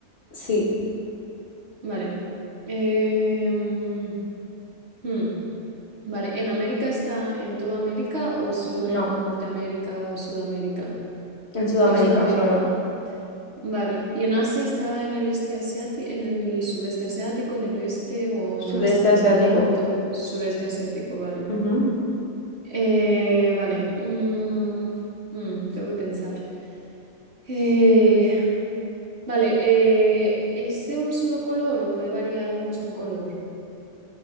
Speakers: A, on the left; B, on the right.
A: Sí,
B: Vale. Em, hmm. Vale, ¿en América está en toda América o solo
A: no,
B: en Norteamérica o Sudamérica?
A: en Sudamérica
B: Está en Sudamérica.
A: solo.
B: Vale, ¿y en Asia está en el este asiático, en el sudeste asiático, en el este o
A: Sudeste
B: en Asia Central
A: asiático.
B: o en todo sudeste asiático? Vale.
A: Ujú.
B: Eh, vale, mm, mm, tengo que pensar. Eh, vale, eh, ¿es de un solo color o puede variar mucho en color?